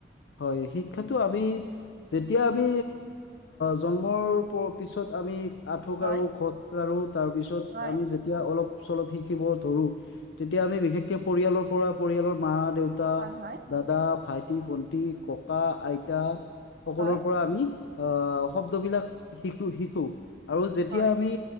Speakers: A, on the left; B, on the right.
A: হয়, শিক্ষাটো আমি যেতিয়া আমি জন্মৰ পিছত আমি <unintelligible>
B: হয়
A: খজাঢ়ো তাৰপিছত
B: হয়
A: আমি যে তিয়া অলপ চলপ শিকিব ধৰো তেতিয়া আমি বিশেষকে পৰিয়ালৰ পৰা পৰিয়ালৰ মা, দেউ তা,
B: হয় হয়
A: দাদা, ভাইটি, ভন্টি, ককা, আইতা সকলো
B: হয় হয়
A: পৰা আমি আহ' শব্দবিলাক শিকো, শিকো আৰু যেতিয়া
B: হয়
A: আমি